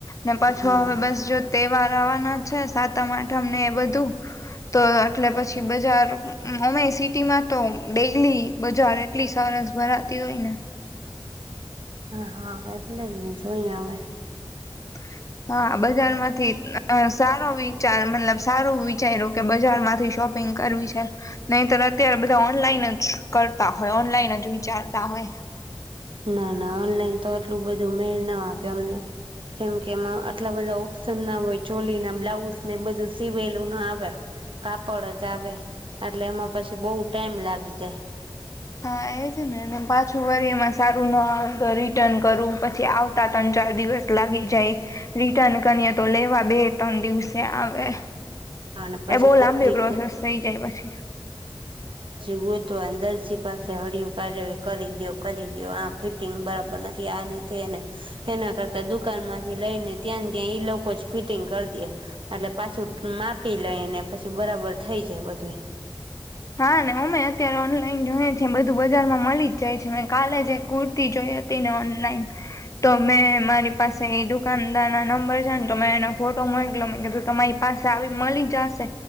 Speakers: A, on the left; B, on the right.
A: ને પાછું
B: હા
A: હવે બસ જો તહેવાર આવવાના છે સાતમ આઠમ ને એ બધું તો એટલે પછી બજાર અમે સિ ટી માં તો ડેલી બજાર એટલી સાર સરસ ભરાતી હોય ને
B: હા હા એટલે જ ને જોઈ હવે
A: <inaudible> હા બજાર માંથી સારો વિચાર મતલબ સારું વિચાર્યું કે બજારમાંથી શોપ પીગ કરવી છે નઈ તર અત્યારે બધા ઓનલાઈન જ કરતા હોય ઓનલાઈન જ વિચારતા હોય <inaudible>
B: ના ના ઓનલાઈન તો આટલું બધું મેળ ના આપે અમને કેમ કે એમાં આટલા બધા ઓપ્શન ના હોય ચોલી ના બ્લાઉઝ ને એ બધું સીવેલું ન આવે કાપડ જ આવે એટલે એમાં પછી બો ટાઈમ લાગી જાય
A: હા એજ ને પાછું વર એમાં સારું ના આવ તો રિટર્ન કરું પછી આવતા તન ચાર દિવસ લાગી જાય રિટર્ન કરીએ તો લેવા બે ત્રણ દિવસે આવે
B: હા ને પછી
A: બહુ લાંબી પ્રોસેસ થઈ જાય પછી
B: <inaudible> પછી પાસે હળિયું કાઢ કરી દ્યો કરી દ્યો આ ફિટિંગ બરાબર નથી આને તેને એના કરતા દુકાન માંથી લઈને ત્યાં ત્યાં ઈ લોકો જ ફિટિંગ કરી દે એટલે પાછું માપ પીલઈ અને પછી બરાબર થઈ જાય બધું
A: હા ને અમે અત્યારે ઓનલાઈન જોઈએ છે બધું બજારમાં મલી જ જાય છે મે કાલે જ એક કુર્તી જોઈ હતી ને ઓનલાઈન તો મે મારી પાસે ઈ દુકાનદાર ના નંબર છે ને મે ફોન <unintelligible> તમારી પાસે આવી મલી જાશે